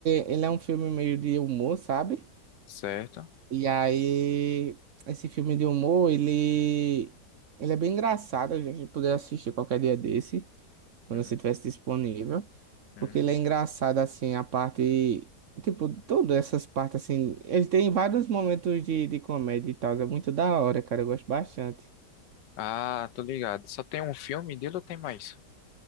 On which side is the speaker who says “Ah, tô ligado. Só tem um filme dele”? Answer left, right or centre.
Left